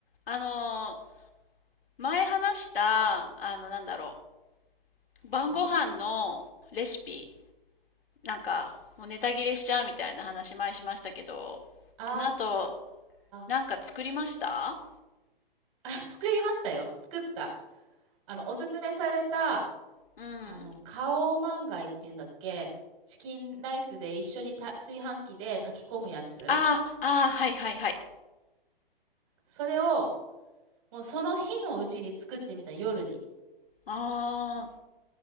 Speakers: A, on the left (about 75°); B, on the right (about 35°).
A: あのー、前話した、あの、なんだろう、晩ご飯のレシピ、
B: ん
A: なんか、もうネタ切れしちゃうみたいな話前しましたけど、
B: あ
A: あなたなんか作りました
B: ーあ、<laughs> 作りましたよ。作った。あの、おすすめされた、
A: うん。
B: あの、カオマンガイっていうんだっけチキンライスで一緒にた炊飯器で炊き込むやつ
A: ああ、ああ、はいはいはい。
B: それを、もうその日のうちに作ってみた、夜に。
A: ああ、